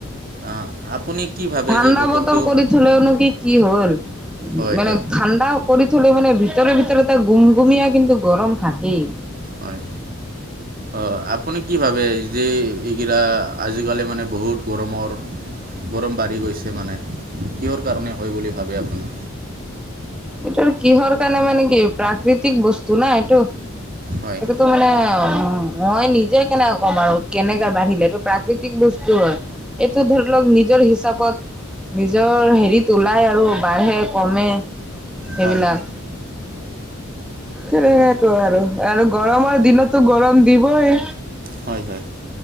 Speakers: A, on the right (about 45°); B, in the centre.
A: আ আপুনি কি ভাবে
B: ঠাণ্ডা
A: যে বতৰটো
B: বতৰ কৰি থলেও নো কি কি হ'ল?
A: হয়
B: মানে
A: হয়
B: ঠাণ্ডাও কৰি থলে মানে ভিতৰে ভিতৰে তেও গুমগুমীয়া কিন্তু গৰম থাকেই।
A: হয়। অ', আপুনি কি ভাবে যে এইকেইটা আজিকালি মানে বহুত গৰমৰ, গৰম বাঢ়ি গৈছে মানে। কিহৰ কাৰণে হয় বুলি ভাবে আপুনি?
B: এইটোৰ কিহৰ কাৰণে মানে কি, প্ৰাকৃতিক বস্তু না এইটো।
A: হয়।
B: টো মানে, উম, মই নিজে কেনেকে ক'ম আৰু কেনেকে বাঢ়িলে? এইটো প্ৰাকৃতিক বস্তু হয়। এইটো ধৰি লওঁক নিজৰ হিচাপত নিজৰ হেৰিত ওলায় আৰু বাঢ়ে, কমে। সেইবিলাক।
A: হয়
B: সেইটোৱে আৰু। আৰু গৰমৰ দিনততো গৰম দিবই।
A: হয়, হয়।